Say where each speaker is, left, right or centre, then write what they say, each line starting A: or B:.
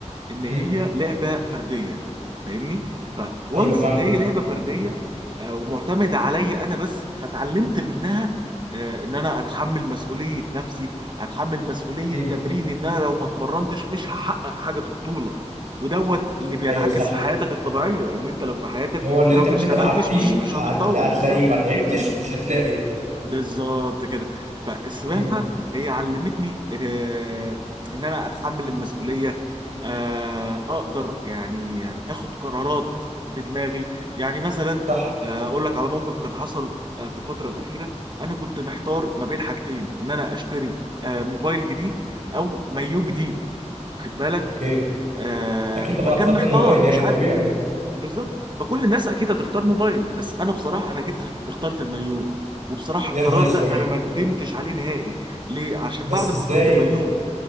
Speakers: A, on the right; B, on the right.
A: ان هي
B: مم.
A: لعبه فرديه فاهمني فوانس
B: ايوه فاهمك
A: ان هي لعبه فرديه آه، ومعتمده عليا انا بس فتعلمت منها آه، ان انا اتحمل مسؤوليه نفسي اتحمل مسؤوليه
B: مم.
A: تمرين ان انا لو ما اتمرنتش مش هحقق حاجه في البطوله ودوت اللي بينعكس
B: ايوه صح
A: في حياتك الطبيعيه ان انت لو في حياتك
B: اللي هو اللي
A: لو
B: انت
A: ما
B: بتتعب
A: اشتغلتش
B: فيه
A: مش مش
B: هتلا-
A: هتتطور
B: هتلاقيه
A: بالظبط
B: ما تعبتش مش هتلاقي
A: بالظبط كده فالسباحه
B: مم.
A: هي علمتني آه، ان انا اتحمل المسؤوليه آه، اقدر يعني يعني اخد قرارات بدماغي يعني مثلا
B: صح
A: آه، اقول لك على موقف كان حصل آه، في الفتره الاخيره انا كنت محتار ما بين حاجتين ان انا اشتري آه، موبايل جديد او مايو جديد خد بالك
B: اوكي
A: آه،
B: اكيد
A: فكان
B: طبعا اخترت
A: محتار
B: الموبايل
A: مش
B: يعني
A: عارف
B: طبيعي
A: بالظبط فكل الناس اكيد هتختار موبايل بس انا بصراحه انا جيت اخترت المايو وبصراحه
B: يا
A: القرار
B: نهار اسود
A: ده انا ما ندمتش عليه نهائي ليه عشان
B: بس
A: بعد ما
B: ازاي
A: اخترت المايو